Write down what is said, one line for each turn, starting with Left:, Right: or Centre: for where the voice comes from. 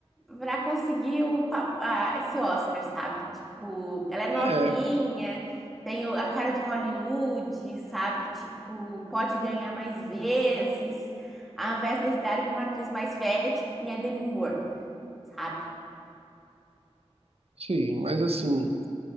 Centre: para conseguir o, pa- a- esse Oscar, sabe? Tipo, ela é novinha,
Right: É,
Centre: tem o- a cara de Hollywood, sabe? Tipo, pode ganhar mais vezes, ao invés de darem para uma atriz mais velha, tipo, que nem a Demi Moore, sabe?
Right: sim, mas assim.